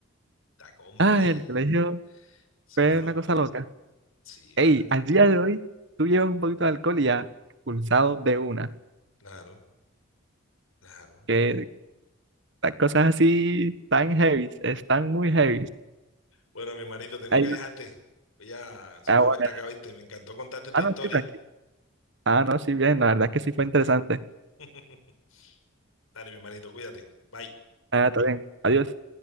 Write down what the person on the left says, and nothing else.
ta compa,
y,
eh,
es
una locura.
Sí,
vale.
Claro, claro.
Bueno, mi hermanito, tengo
que dejarte. Voy a hacer
una vuelta
acá, ¿viste? Me encantó contarte esta
historia.
<laughs> Dale, mi hermanito, cuídate. Bye.